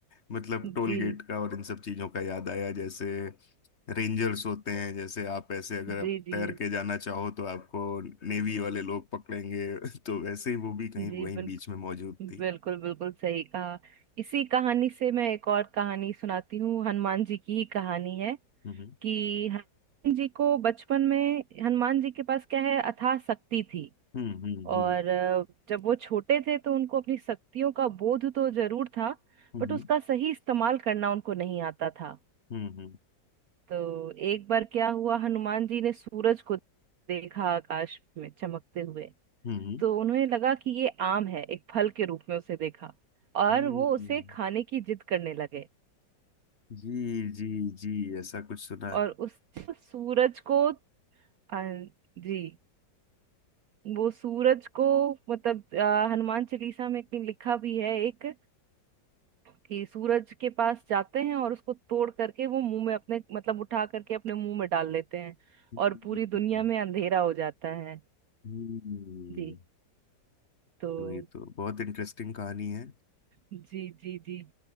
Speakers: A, on the left; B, on the right.
A: मतलब टोल
B: जी
A: गेट का और इन सब चीजों का याद आया जैसे रेंजर्स होते हैं जैसे आप ऐसे अगर
B: जी
A: आप
B: जी
A: तैर के जाना चाहो तो आपको नेवी वाले लोग पकड़ेंगे <laughs> तो वैसे ही वो भी कहीं
B: जी
A: वहीं
B: बिल्कुल
A: बीच में मौजूद थी
B: बिल्कुल बिल्कुल सही कहा इसी कहानी से मैं एक और कहानी सुनाती हूँ हनुमान जी की ही कहानी है
A: हम्म
B: कि हनुमान जी को बचपन में हनुमान जी के पास क्या है अथाह शक्ति थी
A: हम्म हम्म
B: और
A: हम्म
B: अ, जब वो छोटे थे तो उनको अपनी शक्तियों का बोध तो जरूर था
A: हम्म
B: बट उसका सही इस्तेमाल करना उनको नहीं आता था
A: हम्म हम्म
B: तो एक बार क्या हुआ हनुमान जी ने सूरज को देखा आकाश में चमकते हुए
A: हम्म
B: तो उन्हें लगा कि ये आम है एक फल के रूप में उसे देखा और
A: हम्म,
B: वो उसे खाने की जिद करने लगे
A: जी जी जी ऐसा कुछ सुना है
B: और उस सूरज को आ, जी वो सूरज को मतलब आ, हनुमान चालीसा में कहीं लिखा भी है एक कि सूरज के पास जाते हैं और उसको तोड़ करके वो मुंह में अपने मतलब उठा करके अपने मुंह में डाल लेते हैं
A: हम्म
B: और पूरी दुनिया में अंधेरा हो जाता है
A: हम्म,
B: जी तो
A: तो ये तो बहुत इंटरेस्टिंग कहानी है
B: जी जी जी